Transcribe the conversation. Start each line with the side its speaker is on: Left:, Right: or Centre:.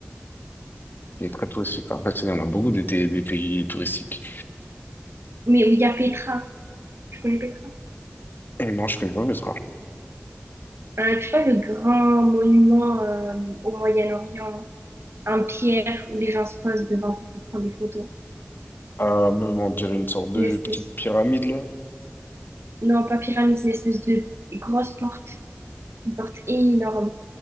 Left: Il est très touristique. En fait, il y en a beaucoup des, té- des pays touristiques.
Right: mais où il y a Petra. Tu connais Petra?
Left: Et non, je connais pas Petra.
Right: Euh, tu vois le grand monument euh, au Moyen-Orient, en pierre où les gens se posent devant pour prendre des photos.
Left: Euh, même, on dirait une sorte de
Right: Une espèce.
Left: petite pyramide, là.
Right: Non, pas pyramide, c'est une espèce de grosse porte. Une porte énorme